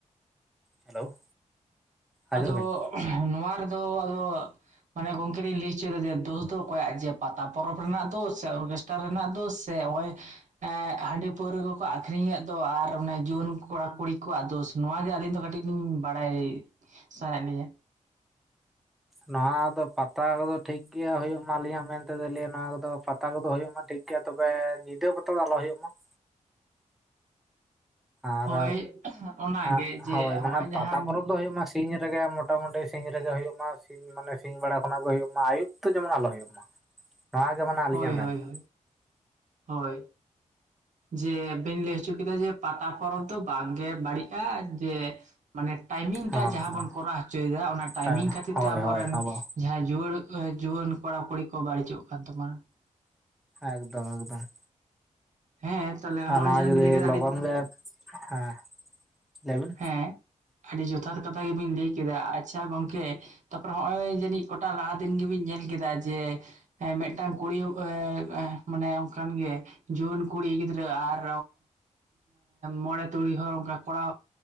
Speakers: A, in the centre; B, on the right.
A: ᱦᱮᱞᱳ, ᱟᱸᱡᱚᱢ
B: ᱟᱫᱚ
A: ᱵᱤᱱ
B: ᱱᱚᱣᱟ ᱨᱮᱫᱚ ᱟᱫᱚ ᱾ ᱢᱟᱱᱮ ᱜᱚᱝᱠᱮ ᱞᱤᱧ ᱞᱟᱹᱭ ᱦᱚᱪᱚᱭ ᱮᱫᱟ ᱡᱮ ᱫᱳᱥ ᱫᱚ ᱚᱠᱚᱭᱟᱜ ᱡᱮ ᱯᱟᱛᱟ ᱯᱚᱨᱚᱵᱽ ᱨᱮᱱᱟᱜ ᱫᱳᱥ ᱥᱮ ᱚᱨᱜᱮᱥᱴ ᱛᱟᱨ ᱨᱮᱱᱟᱜ ᱫᱳᱥ ᱥᱮ ᱱᱚᱜ-ᱚᱭ ᱮ ᱦᱟᱺᱰᱤ ᱯᱟᱹᱣᱨᱟᱹ ᱠᱚᱠᱚ ᱟᱠᱷᱨᱤᱧ ᱮᱫ ᱫᱚ ᱟᱨ ᱚᱱᱮ ᱡᱩᱣᱟᱹᱱ ᱠᱚᱲᱟ ᱠᱩᱲᱤ ᱠᱚᱣᱟᱜ ᱫᱳᱥ ᱱᱚᱣᱟ ᱜᱮ ᱟᱹᱞᱤᱧ ᱫᱚ ᱠᱟᱹᱴᱤᱡ ᱞᱤᱧ ᱵᱟᱲᱟᱭ ᱥᱟᱱᱟᱭᱮᱫ ᱞᱤᱭᱟ᱾
A: ᱱᱚᱣᱟ ᱫᱚ ᱯᱟᱛᱟ ᱠᱚᱫᱚ ᱴᱷᱤᱠ ᱜᱮᱭᱟ ᱦᱩᱭᱩᱜ ᱢᱟ ᱟᱞᱤᱧᱟᱜ ᱢᱮᱱ ᱛᱮ ᱫᱚ ᱞᱟᱹᱭ ᱱᱚᱣᱟ ᱠᱚᱫᱚ ᱯᱟᱛᱟ ᱠᱚᱫᱚ ᱦᱩᱭᱩᱜ ᱢᱟ ᱴᱷᱤᱠ ᱜᱮᱭᱟ ᱛᱚᱵᱮ ᱧᱤᱫᱟᱹ ᱯᱟᱛᱟ ᱫᱚ ᱟᱞᱚ ᱦᱩᱭᱩᱜ ᱢᱟ ᱾ ᱟᱨ
B: ᱦᱳᱭ ᱚᱱᱟᱜᱮ
A: ᱟᱸᱜ
B: ᱡᱮ
A: ᱦᱳᱭ
B: ᱦᱚᱜᱼᱚᱭ
A: ᱢᱟᱱᱮ
B: ᱡᱟᱦᱟᱸ
A: ᱯᱟᱛᱟ ᱯᱚᱨᱚᱵᱽ ᱫᱚ ᱦᱩᱭᱩᱜ ᱢᱟ ᱥᱮ ᱥᱤᱧ ᱨᱮᱜᱮ ᱢᱚᱴᱟᱢᱩᱴᱤ ᱥᱤᱧ ᱨᱮᱜᱮ ᱦᱩᱭᱩᱜ ᱢᱟ ᱥᱤᱧ ᱢᱟᱱᱮ ᱥᱤᱧ ᱵᱮᱲᱟ ᱠᱷᱚᱱᱟᱜ ᱜᱮ ᱦᱩᱭᱩᱜ ᱢᱟ ᱟᱭᱩᱵ ᱛᱮ ᱡᱮᱢᱚᱱ ᱟᱞᱚ ᱦᱩᱭᱩᱜ ᱢᱟ᱾ ᱱᱚᱣᱟ ᱜᱮ ᱢᱮᱱᱟ ᱟᱹᱞᱤᱧᱟᱜ
B: ᱦᱳᱭ
A: ᱢᱮᱱ
B: ᱦᱳᱭ
A: ᱫᱚ᱾
B: ᱦᱳᱭ ᱦᱳᱭ, ᱡᱮ ᱵᱮᱱ ᱞᱟᱹᱭ ᱦᱚᱪᱚ ᱠᱮᱫᱟ ᱡᱮ ᱯᱟᱛᱟ ᱯᱚᱨᱚᱵᱽ ᱫᱚ ᱵᱟᱝ ᱜᱮ ᱵᱟᱹᱲᱤᱡ ᱟ ᱡᱮ ᱢᱟᱱᱮ ᱴᱟᱭᱢᱤᱝ
A: ᱦᱚᱸ
B: ᱴᱟᱜ ᱡᱟᱦᱟᱸ
A: ᱦᱚᱸ
B: ᱵᱚᱱ ᱠᱚᱨᱟᱣ ᱦᱚᱪᱚᱭ ᱮᱫᱟ ᱚᱱᱟ ᱴᱟᱭᱢᱤᱝ
A: ᱴᱟᱭᱤᱢ
B: ᱠᱷᱟᱹᱛᱤᱨ
A: ᱦᱳᱭ
B: ᱛᱮ ᱟᱵᱚᱨᱮᱱ
A: ᱦᱳᱭ ᱟᱵᱚ
B: ᱡᱟᱦᱟᱸᱭ ᱡᱩᱣᱟᱹᱲ ᱡᱩᱣᱟᱹᱱ ᱠᱚᱲᱟ ᱠᱩᱲᱤ ᱠᱚ ᱵᱟᱹᱲᱤᱡᱚᱜ ᱠᱟᱱ ᱛᱟᱵᱚᱱᱟ ᱾
A: ᱮᱠᱫᱚᱢ ᱮᱠᱫᱚᱢ,
B: ᱦᱮᱸ ᱛᱟᱦᱚᱞᱮ ᱦᱚᱸᱜᱼᱚᱭ
A: ᱟᱨ ᱱᱚᱣᱟ
B: ᱡᱟᱦᱟᱸ
A: ᱡᱩᱫᱤ
B: ᱵᱤᱱ ᱞᱟᱹᱭ ᱠᱮᱫᱟ
A: ᱞᱚᱜᱚᱱ
B: ᱟᱹᱰᱤ
A: ᱜᱮ, ᱦᱮᱸ ᱞᱟᱹᱭ ᱵᱤᱱ?
B: ᱦᱮᱸ ᱟᱹᱰᱤ ᱡᱚᱛᱷᱟᱛ ᱠᱟᱛᱷᱟ ᱜᱮᱵᱤᱱ ᱞᱟᱹᱭ ᱠᱮᱫᱟ, ᱟᱪᱪᱷᱟ ᱜᱚᱝᱠᱮ ᱛᱟᱯᱚᱨᱮ ᱱᱚᱜᱼᱚᱭ ᱡᱟᱹᱱᱤᱡ ᱠᱚᱴᱟ ᱞᱟᱦᱟ ᱫᱤᱱ ᱜᱮᱵᱤᱱ ᱧᱮᱞ ᱠᱮᱫᱟ ᱡᱮ ᱦᱮᱸ ᱢᱤᱫᱴᱟᱝ ᱠᱩᱲᱤ ᱮᱸ ᱢᱟᱱᱮ ᱚᱱᱠᱟᱱ ᱜᱮᱭᱟᱭ ᱡᱩᱣᱟᱹᱱ ᱠᱩᱲᱤ ᱜᱤᱫᱽᱨᱟᱹ ᱟᱨ ᱢᱚᱬᱮ ᱛᱩᱨᱩᱭ ᱦᱚᱲ ᱚᱱᱠᱟ ᱠᱚᱲᱟ